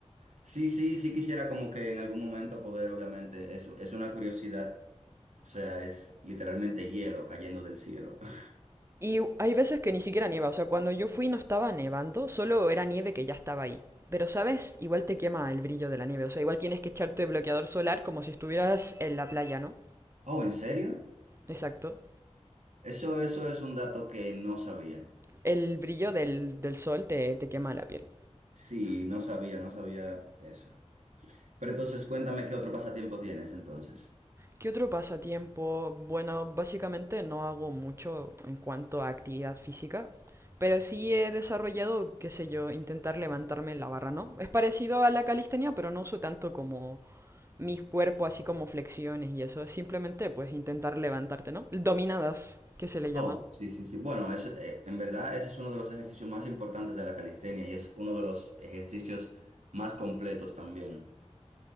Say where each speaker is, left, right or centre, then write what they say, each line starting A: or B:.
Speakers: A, on the right; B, on the right.
A: Sí, sí, sí quisiera como que en algún momento poder, obviamente, es, es una curiosidad. O sea, es literalmente hielo cayendo del cielo. <laughs>
B: Y u- hay veces que ni siquiera nieva, o sea, cuando yo fui no estaba nevando, solo era nieve que ya estaba ahí. Pero, ¿sabes? Igual te quema el brillo de la nieve, o sea, igual tienes que echarte bloqueador solar como si estuvieras en la playa, ¿no?
A: Oh, ¿en serio?
B: Exacto.
A: Eso, eso es un dato que no sabía.
B: El brillo del, del sol te, te quema la piel.
A: Sí, no sabía, no sabía eso. Pero entonces cuéntame qué otro pasatiempo tienes entonces.
B: ¿Qué otro pasatiempo? Bueno, básicamente no hago mucho en cuanto a actividad física, pero sí he desarrollado, qué sé yo, intentar levantarme la barra, ¿no? Es parecido a la calistenia, pero no uso tanto como mi cuerpo, así como flexiones y eso. es Simplemente, pues, intentar levantarte, ¿no? Dominadas, que se le
A: Oh,
B: llama.
A: sí, sí, sí. Bueno, eso, eh, en verdad ese es uno de los ejercicios más importantes de la calistenia y es uno de los ejercicios más completos también.